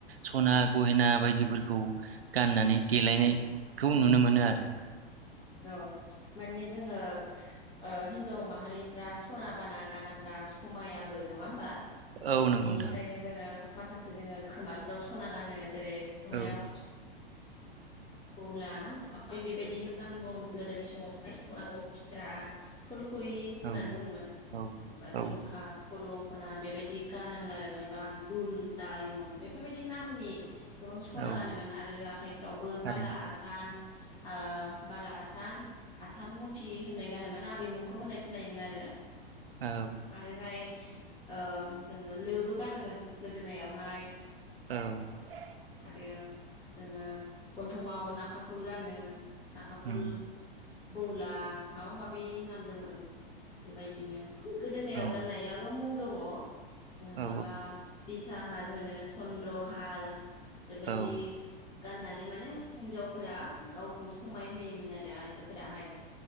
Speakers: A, on the right; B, on the left.
A: सना गहेना बायदिफोरखौ गाननानै देलायनायखौ नुनो मोनो आरो
B: औ माने जोङो ओ हिन्जाव माहारिफ्रा सना बाना गानाब्रा समायाबो नङा होमबा
A: औ नंगौ
B: बेनिखायनो
A: नोंथां
B: जोङो माखासे जोङो खोमाफ्राव सना गानो जेरै खोमायाव
A: औ
B: <unintelligible> लाना बेबायदिनो आ बुङोबा गोदोनि समावनाखौ खेरा फुल फुखुरि होननानै
A: औ
B: बुङोमोन
A: औ
B: माबा
A: औ
B: जुंखा फलक खना बेबायाददि गानोमोन आरो मायबा दुल दायमन बेफोरबायदि नामनि गोबां सना
A: औ
B: गानोमोन आरो आखाइफ्रावबो
A: थारैनो
B: बाला आसान ओ ला आसान आसान मुथि होननाय गानोमोन आबैमोनखौ होननाय खोनायोमोन आरो
A: औ
B: आरो हाय ओ जोङो लोबो गानोमोन गोदोनायावहाय
A: औ
B: आरो जोङो गन्थङाव नाखाफुल गानो नाखाफुल
A: उम
B: बौला माबा माबि नामदोंमोन बेबायदिनो गोदोनायाव
A: औ
B: गाननायाबो मुं दङ ओ
A: औ
B: माबा बिसाहार होनो चन्द्रहार बेबायदि
A: औ
B: गाननानै माने हिनजावफोरा गाव खौ समाय होयोमोन आरो आइजोफोराहाय